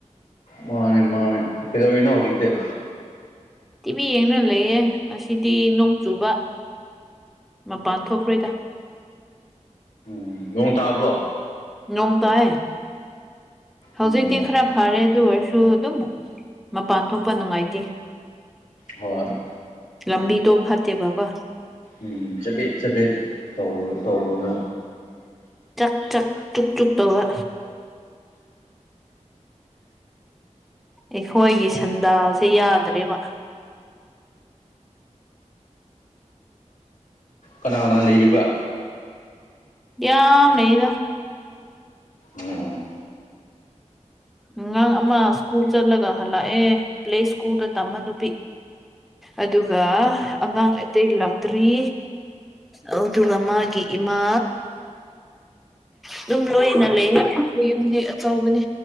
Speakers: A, on the left; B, in the centre.
A: ꯃꯥꯅꯦ ꯃꯥꯅꯤ ꯀꯩꯗꯧꯔꯤꯅꯣ ꯍꯧꯖꯤꯛꯇꯤ
B: ꯇꯤꯚꯤ ꯌꯦꯡꯗꯨꯅ ꯂꯩꯌꯦ ꯉꯁꯤꯗꯤ ꯅꯣꯡ ꯆꯨꯕ ꯃꯄꯥꯟ ꯊꯣꯛꯈ꯭ꯔꯣꯏꯗ
A: ꯎꯝ ꯅꯣꯡ ꯇꯥꯕ꯭ꯔꯣ
B: ꯅꯣꯡ ꯇꯥꯏ ꯍꯧꯖꯤꯛꯇꯤ
A: ꯎꯝ
B: ꯈꯔ ꯐꯔꯦ ꯑꯗꯨ ꯑꯣꯏꯔꯁꯨ ꯑꯗꯨꯝ ꯃꯄꯥꯟ ꯊꯣꯛꯄ ꯅꯨꯡꯉꯥꯏꯇꯦ
A: ꯍꯣꯏ
B: ꯂꯝꯕꯤꯗꯣ ꯐꯠꯇꯦꯕꯀꯣ
A: ꯎꯝ ꯆꯕꯦꯠ ꯆꯕꯦꯠ ꯇꯧꯕ ꯇꯧꯕꯅ
B: ꯆꯥꯛ ꯆꯥꯛ ꯆꯨꯛ ꯆꯨꯛ ꯇꯧꯕ ꯑꯩꯈꯣꯏꯒꯤ ꯁꯟꯗꯥꯁꯦ ꯌꯥꯗ꯭ꯔꯦꯕ
A: ꯀꯅꯥ ꯀꯅꯥ ꯂꯩꯔꯤꯕ
B: ꯌꯥꯝ ꯂꯩꯌꯦꯗ
A: ꯎꯝ
B: ꯑꯉꯥꯡ ꯑꯃ ꯁ꯭ꯀꯨꯜ ꯆꯠꯂꯒ ꯍꯂꯛꯑꯦ ꯄ꯭ꯂꯦ ꯁ꯭ꯀꯨꯜꯗ ꯇꯝꯕ ꯅꯨꯄꯤ ꯑꯗꯨꯒ ꯑꯉꯥꯡ ꯑꯇꯩ ꯂꯥꯛꯇ꯭ꯔꯤ ꯑꯗꯨꯒ ꯃꯥꯒꯤ ꯏꯃꯥ ꯑꯗꯨꯝ ꯂꯣꯏꯅ ꯂꯩ ꯑꯩꯈꯣꯏ ꯌꯨꯝꯗꯤ ꯑꯆꯧꯕꯅꯤ